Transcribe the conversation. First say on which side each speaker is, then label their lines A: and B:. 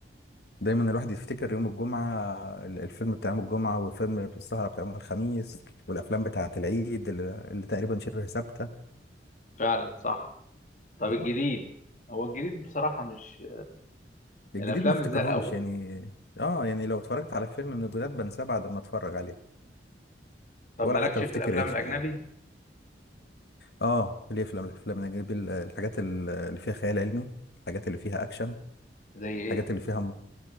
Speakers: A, on the left; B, on the left.
A: ودايما الواحد يفتكر يوم الجمعه ال- الفيلم بتاع يوم الجمعه والفيلم السهره بتاع يوم الخميس والافلام بتاعه العيد اللي, اللي تقريبا شبه ثابته
B: فعلا صح طب
A: اه
B: الجديد هو الجديد بصراحة مش
A: فالجديد
B: الأفلام
A: ما افتكرهمش
B: مش زي الأول
A: يعني اه يعني لو اتفرجت على فيلم من الجداد بنساه بعد ما اتفرج عليه
B: طب
A: ولا
B: مالكش
A: حتى بفتكر
B: في الأفلام
A: اسمه
B: الأجنبي
A: اه ليه افلام الافلام نجيب ال- الحاجات ال- اللي فيها خيال علمي الحاجات اللي فيها اكشن
B: زي إيه؟
A: الحاجات اللي فيها